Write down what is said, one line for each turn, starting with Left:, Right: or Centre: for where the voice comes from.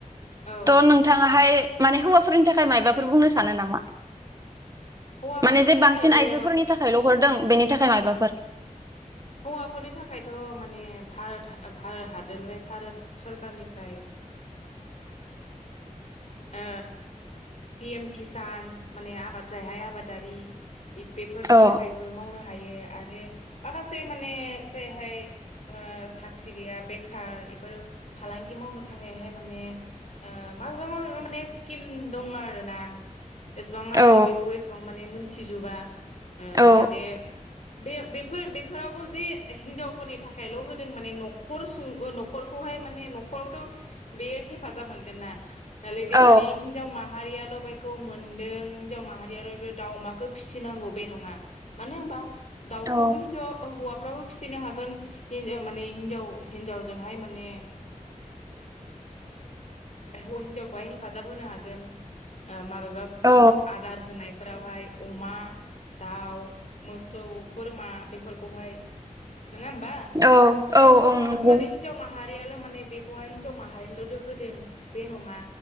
Left: औ
Right: थ' नोंथाङाहाय माने हौवाफोरनि थाखाय मायबाफोर बुंनो सानो नामा?
Left: हौवाफोरनि
Right: माने जे
Left: थाखायथ'
Right: बांसिन आइजोफोरनि थाखायल' हरदों बेनि थाखाय मायबाफोर
Left: हौवाफोरनि थाखायथ' माने भारत भारत हादरनिफ्राय भारत सरकारनिफ्राय ओ पि एम किसान माने आबाद जायहाय आबादारि इ बेफोरनि
Right: औ
Left: थाखायबो मावनो हायो। आरो माखासे माने जायहाय ओ साख्रि गैया बेखार इफोर फालांगि मावनो थाखायहाय माने ओ माबेबा माबेबा माने स्किम दं आरोना एसेबां आंबो
Right: औ
Left: बेखौ एसेबां माने मोन थिजुबा ओ
Right: औ
Left: जाहाथे बे बे फोर बेफोरावबो जे हिनजावफोरनि थाखायल' होदों माने न'खर सुं ओ न'खरखौहाय माने न'खरावथ' बेयो हेफाजाब मोनगोन ना। खालि दे
Right: औ
Left: माने हिनजाव माहारियाल' सहायखौ मोनदों हिनजाव माहारियाल दाउ अमाखौ फिसिनांगौ बे नङा मानो होमबा दाउखौबो
Right: औ
Left: हिजावा हौवाफ्राबो फिसिनो हागोन हिन ओ माने हिजाव हिनजावजोंहाय माने ओ <unintelligible> खौहाय हेफाजाब होनो हागोन। ओ माबे बा उम
Right: औ
Left: आदार होनाय फोरावहाय अमा दाउ मोसौ बोरमा बेफोरखौहाय नोङा होमबा
Right: औ
Left: खालि
Right: औ
Left: हौवा
Right: औ
Left: मा
Right: नंगौ
Left: माने हिनजाव माहारियाल' माने बेखौहाय हिनजाव माहारिनिल'दि होदों बे नङा।